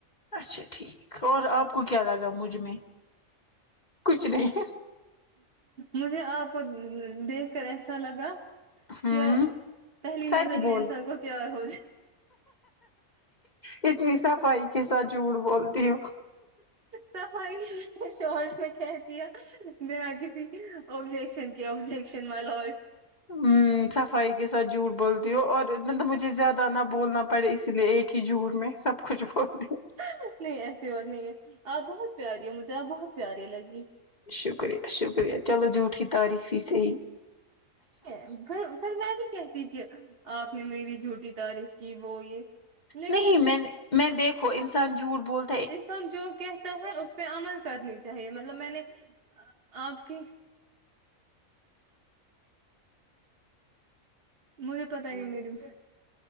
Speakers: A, on the left (about 35°); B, on the right (about 45°).
A: اچھا ٹھیک اور آپ کو کیا لگا مجھ میں کچھ نہیں
B: مجھے آپ کو دیکھ کر ایسا لگا
A: ہوں
B: کیا پہلی
A: سچ
B: نظر میں
A: بول
B: انسان کو پیار ہو جائے
A: اتنی صفائی کے ساتھ جھوٹ بولتی ہو
B: صفائی شارٹ میں کہہ دیا بینا کسی ابجیکشن کے ابجیکشن مائی لارڈ
A: امم صفائی کے ساتھ جھوٹ بولتی ہو اور مطلب مجھے زیادہ نہ بولنا پڑے اسی لیے ایک کی جور میں سب کچھ بولتی ہوں
B: نہیں ایسی بات نہیں ہے آپ بہت پیاری ہو مجھے آپ بہت پیاری لگی
A: شکریہ شکریہ چلو جھوٹی تعریف ہی صحیح
B: پھر پھر میں بھی کہتی کہ آپ نے میری جھوٹی تعریف کی وہ یہ لیکن
A: نہیں میں نے میں دیکھو انسان جھوٹ بول
B: انسان جو کہتا ہے اس پے عمل کرنی چاہیے مطلب میں نے ا آپ کی مجھے پتا ہی نہیں میڈم